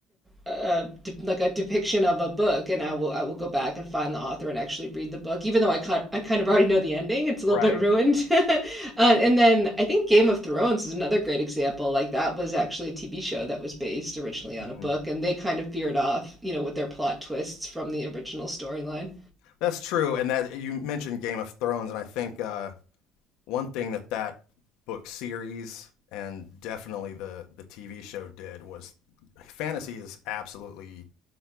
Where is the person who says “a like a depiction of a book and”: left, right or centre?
Centre